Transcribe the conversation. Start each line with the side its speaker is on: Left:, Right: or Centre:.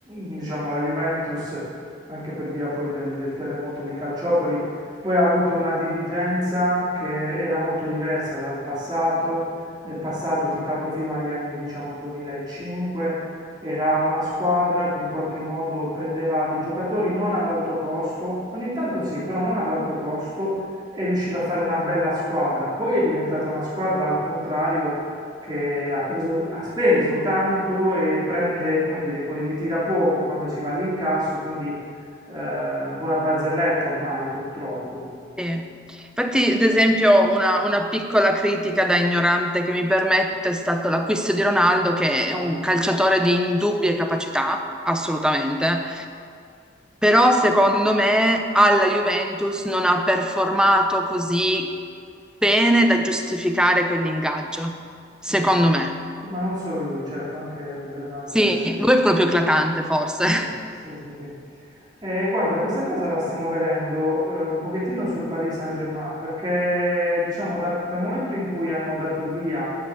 Right: diciamo, la Juventus, anche per via poi del, del terremoto di Calciopoli, poi ha avuto una dirigenza che era molto diversa dal passato nel passato, ti parlo fino agli anni diciamo 2005, era una squadra che in qualche modo prendeva dei giocatori non ad alto costo, ogni tanto sì, però non ad alto costo e riusciva a fare una bella squadra. Poi è diventata una squadra al contrario che ha preso- ha speso tanto e prende, come dire, poi ritira poco quando si va all'incasso, quindi eh, un po' una barzelletta ormai purtroppo.
Centre: Sì. Infatti, ad esempio, una, una piccola critica da ignorante che mi permetto è stato l'acquisto di Ronaldo, che
Right: Esatto.
Centre: è un calciatore di indubbie capacità, assolutamente, però secondo me alla Juventus non ha performato così bene da giustificare quell'ingaggio, secondo
Right: Muro.
Centre: me.
Right: Sì, ma non solo lui, certo, anche Bernardeschi.
Centre: Sì, lui è proprio eclatante, forse.
Right: Sì, sì, sì. sì. Eh, guarda, questa cosa la stiamo vedendo eh, un pochettino sul Paris Saint-Germain, perché diciamo da- dal momento in cui hanno dato via,